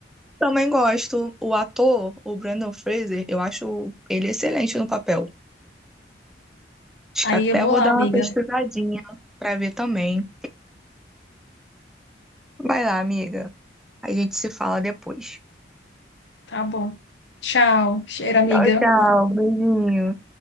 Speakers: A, in the centre; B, on the left.
A: Também gosto. O ator, o Brandon Fraser, eu acho ele excelente no papel. Acho
B: Aí
A: que até
B: eu vou
A: vou
B: lá,
A: dar
B: amiga.
A: uma pesquisadinha pra ver também. Vai lá, amiga. A gente se fala depois.
B: Tá bom. Tchau. Cheiro, amiga.
A: Tchau, tchau. Beijinho.